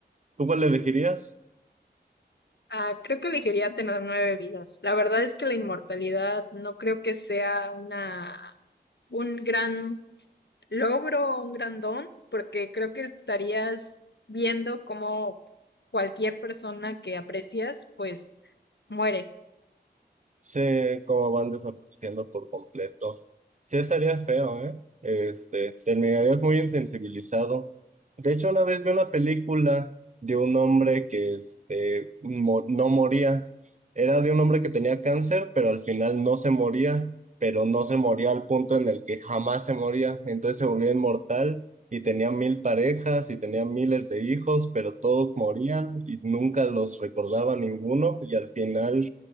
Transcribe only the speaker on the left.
Ah, creo que elegiría tener nueve vidas. La verdad es que la inmortalidad no creo que sea una, un gran logro un gran don, porque creo que estarías viendo cómo cualquier persona que aprecias, pues muere.